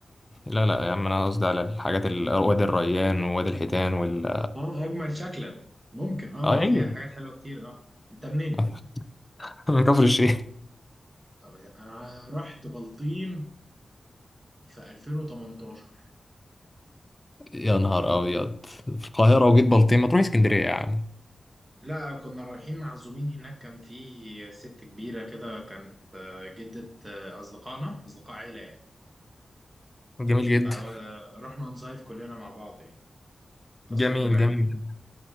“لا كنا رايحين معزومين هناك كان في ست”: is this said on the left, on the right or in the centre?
Right